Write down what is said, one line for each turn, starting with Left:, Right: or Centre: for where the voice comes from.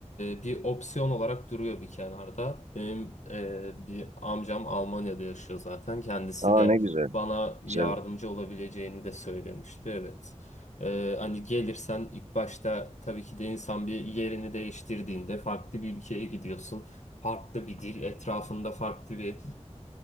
Left: e, bir opsiyon olarak duruyor bir kenarda. Benim e, bir amcam Almanya'da yaşıyor zaten. Kendisi
Right: Aa
Left: de
Right: ne güzel.
Left: bana yardımcı
Right: Güzel.
Left: olabileceğini de söylemişti. Evet. E, hani gelirsen ilk başta tabii ki de insan bir yerini değiştirdiğinde farklı bir ülkeye gidiyorsun farklı bir dil, etrafında farklı bir